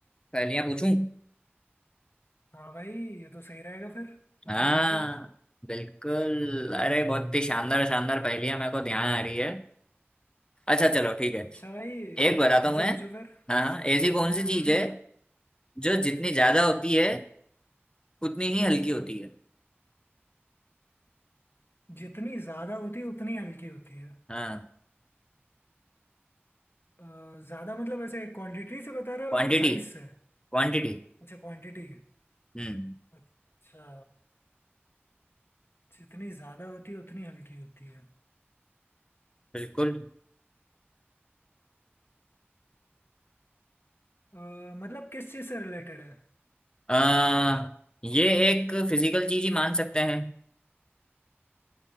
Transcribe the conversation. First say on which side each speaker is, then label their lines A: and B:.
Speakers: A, on the left; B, on the left.
A: पहेलियां पूछूं
B: हाँ भाई ये तो सही रहेगा फिर पूछो
A: हाँ
B: पूछो
A: बिल्कुल अरे बहुत ही शानदार शानदार पहेलियां मेरे को ध्यान आ रही है अच्छा चलो ठीक है
B: अच्छा भाई
A: एक बताता
B: पूछो
A: हूँ मैं
B: पूछो फिर
A: हाँ हाँ, ऐसी कौन सी
B: हम्म
A: चीज
B: हम्म
A: है जो जितनी ज्यादा होती है उतनी ही हल्की होती है
B: जितनी ज्यादा होती है उतनी हल्की होती है
A: हाँ
B: अ, ज्यादा मतलब ऐसे क्वांटिटी से बता रहे हो
A: Quantity
B: या फिर साइज से
A: quantity
B: अच्छा क्वांटिटी
A: हम्म
B: अच्छा जितनी ज्यादा होती है उतनी हल्की होती है
A: बिल्कुल
B: अ, मतलब किस चीज से रिलेटेड है
A: आ, ये एक फिजिकल चीज ही मान सकते हैं